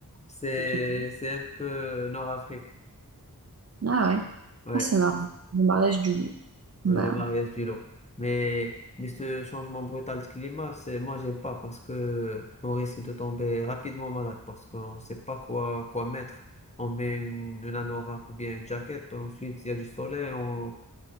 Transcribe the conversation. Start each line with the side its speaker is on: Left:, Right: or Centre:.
Left: C'est,
Right: Tu- tu connais
Left: c'est un peu Nord-Afrique.
Right: Ah ouais,
Left: Ouais,
Right: Ah, c'est marrant, le mariage du loup. Bah,
Left: ouais, le mariage du lot. Mais, mais ce changement brutal de climat, c'est, moi, j'aime pas parce que on risque de tomber rapidement malade parce qu'on sait pas quoi, quoi mettre. On met une, une anorak ou bien une jaquette. Ensuite, il y a du soleil. on,